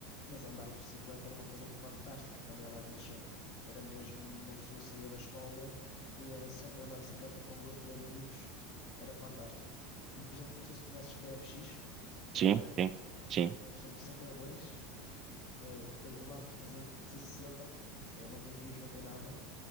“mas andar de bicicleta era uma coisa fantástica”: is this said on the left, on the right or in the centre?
Left